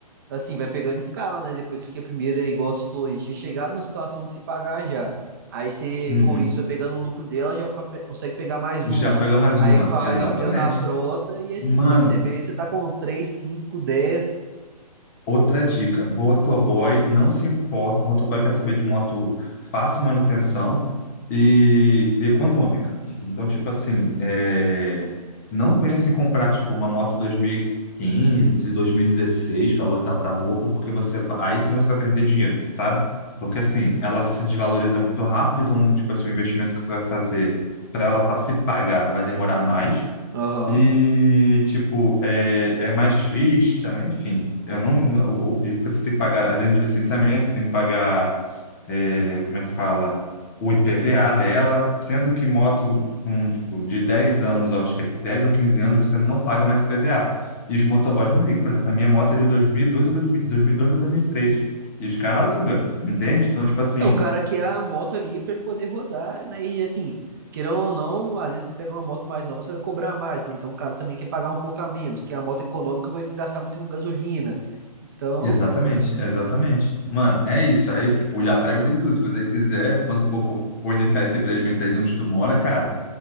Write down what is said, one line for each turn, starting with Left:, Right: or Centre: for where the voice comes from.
Right: Assim, vai pegando escala, né? Depois que a primeira, é igual você falou, aí, tinha chegado na situação de se pagar já. Aí você,
Left: Uhum.
Right: com isso, vai pegando o lucro dela, já co- consegue pegar mais
Left: Já
Right: uma.
Left: pega mais
Right: Aí
Left: uma,
Right: vai
Left: exatamente.
Right: ampliando a frota e assim,
Left: Mano,
Right: quando você vê, você tá com 3 5 10
Left: Outra dica, motoboy não se importa, o motoboy quer saber de moto fácil manutenção e econômica. Então, tipo assim, é, não pense em comprar tipo uma moto 2015, 2016 para botar para rua, porque você vai- aí sim você vai perder dinheiro, sabe? Porque assim, ela se desvaloriza muito rápido, então tipo assim, o investimento que você vai fazer para ela para se pagar vai demorar mais.
Right: Aham.
Left: E, tipo, é, é mais vista, né? Enfim, eu não. o- o- E você tem que pagar, além do licenciamento, você tem que pagar, é, como é que fala? O IPVA dela, sendo que moto com, tipo, de 10 anos, acho que é 10 ou 15 anos, você não paga mais IPVA. E os motoboys não ligam. Por exemplo, a minha moto é de 2002 ou 2000 2002, 2003. E dois, dois mil e três. E os caras alugam, entende? Então, tipo assim,
Right: É o cara que é a moto ali pra ele poder rodar, né? E assim, querendo ou não, às vezes você pega uma moto mais nova, você vai cobrar mais, né? Então o cara também quer pagar um pouco a menos, que é a moto econômica pra ele não gastar muito com gasolina. Então,
Left: Exatamente, exatamente. Mano, é isso. Aí, tipo, já tá aí o bizu. Se você quiser, quando for, for iniciar esse empreendimento aí de onde tu mora, cara,